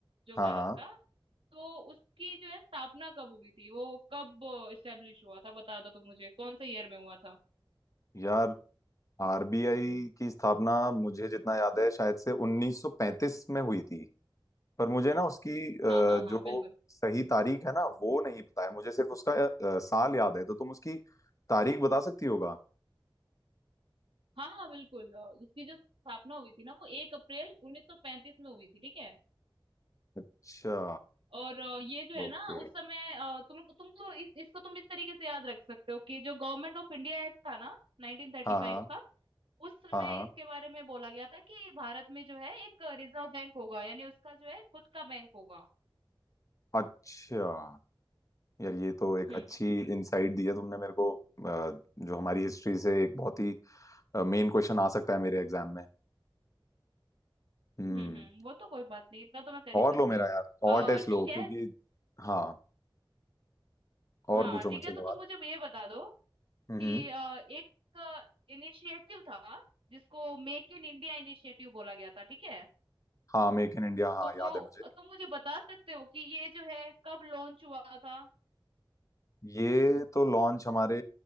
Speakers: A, on the right (about 75°); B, on the left (about 35°).
A: जो
B: हाँ
A: भारत
B: हाँ
A: का तो उसकी जो है स्थापना कब हुई थी वो कब इस्टेब्लिश हुआ था बता दो तुम मुझे कौन से ईयर में हुआ था
B: यार आरबीआई की स्थापना मुझे जितना याद है शायद से 1935 में हुई थी पर मुझे ना उसकी अ,
A: हाँ हाँ
B: जो
A: हाँ बिल्कुल
B: सही तारीख है ना वो नहीं पता है मुझे सिर्फ उसका अ, साल याद है तो तुम उसकी तारीख बता सकती होगा
A: हाँ हाँ बिल्कुल अ, उसकी जो स्थापना हुई थी ना वो एक अप्रैल उन्नीस सौ पैंतीस में हुई थी ठीक है
B: अच्छा
A: और अ, ये जो है
B: ओके
A: ना उस समय अ, तुम तुमको इस, इसको तुम इस तरीके से याद रख सकते हो कि जो गवर्नमेंट ऑफ इंडिया एक्ट था ना 1935
B: हाँ हाँ
A: का उस समय
B: हाँ हाँ
A: इसके बारे में बोला गया था कि भारत में जो है एक रिजर्व बैंक होगा यानी उसका जो है खुद का बैंक होगा
B: अच्छा यार ये तो एक
A: हम्म
B: अच्छी इनसाइट दी है तुमने मेरे को अ, जो हमारी हिस्ट्री से एक बहुत ही मेन क्वेश्चन आ सकता है मेरे एग्जाम में हम्म
A: हम्म हम्म वो तो कोई बात नहीं इतना तो मैं कर ही
B: और
A: सकती
B: लो मेरा
A: हूँ
B: यार
A: अ,
B: और टेस्ट
A: ठीक
B: लो क्योंकि
A: है
B: हाँ
A: हाँ
B: और पूछो
A: ठीक
B: मुझसे
A: है तो
B: सवाल
A: तुम मुझे ये बता दो
B: हम्म
A: कि अ, एक इनिशिएटिव था जिसको मेक इन इंडिया इनिशिएटिव बोला गया था ठीक है
B: हाँ मेक इन इंडिया हाँ
A: तो
B: याद है मुझे
A: तुम मुझे बता सकते हो कि ये जो है कब लॉन्च हुआ था
B: ये तो लॉन्च हमारे